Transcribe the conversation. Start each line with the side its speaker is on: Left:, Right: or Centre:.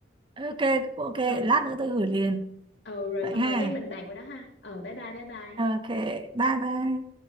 Right: ok, ok,
Left: ừ
Right: lát nữa tôi gửi liền.
Left: ừ rồi
Right: Vậy
Left: xong
Right: ha.
Left: rồi cái mình bàn qua đó ha ừ bye bye bye bye
Right: Ok, bye bye.